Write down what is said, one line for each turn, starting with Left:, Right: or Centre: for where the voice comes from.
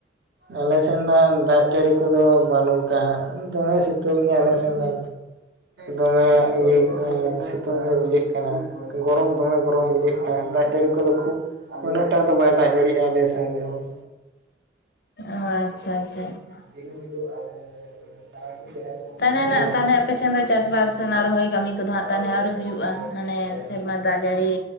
Right: ᱟᱞᱮ ᱥᱮᱱ ᱫᱚ ᱦᱟᱸᱜ ᱫᱟᱜ ᱡᱟᱹᱲᱤ ᱠᱚᱫᱚ ᱵᱟᱹᱱᱩᱜ ᱠᱟ ᱦᱟᱸᱜ ᱫᱚᱢᱮ ᱥᱤᱛᱩᱝ ᱟᱞᱮ ᱥᱮᱱ ᱫᱚ ᱫᱚᱢᱮ ᱤᱭᱟᱹ ᱮᱸ ᱥᱤᱛᱩᱝ ᱜᱮ ᱵᱩᱡᱷᱟᱹᱜ ᱠᱟᱱᱟ᱾ ᱜᱚᱨᱚᱢ ᱫᱚᱢᱮ ᱜᱚᱨᱚᱢ ᱵᱩᱡᱷᱟᱹᱜ ᱠᱟᱱᱟ ᱫᱟᱜ ᱡᱟᱹᱲᱤ ᱠᱚᱫᱚ ᱠᱷᱩᱵ ᱩᱱᱟᱹᱜ ᱴᱟ ᱫᱚ ᱵᱟᱭ ᱫᱟᱜ ᱡᱟᱲᱤᱭᱟᱜᱼᱟ᱾ᱟᱞᱮ ᱥᱮᱱ ᱫᱚ <unintelligible>
Left: ᱚᱸ ᱟᱪᱪᱷᱟ ᱟᱪᱪᱷᱟ ᱟᱪᱪᱷᱟ
Right: <unintelligible>
Left: ᱛᱟᱦᱚᱞᱮ ᱱᱟᱜ ᱛᱟᱦᱚᱞᱮ ᱟᱯᱮᱥᱮᱱ
Right: <unintelligible>
Left: ᱫᱚ ᱪᱟᱥᱵᱟᱥ ᱚᱱᱟ ᱨᱚᱦᱚᱭ ᱠᱟᱹᱢᱤ ᱠᱚᱫᱚ ᱦᱟᱸᱜ ᱛᱟᱦᱚᱞᱮ ᱟᱹᱣᱨᱤ ᱦᱩᱭᱩᱜᱼᱟ ᱢᱟᱱᱮ ᱥᱮᱨᱢᱟ ᱫᱟᱜ ᱡᱟᱹᱲᱤ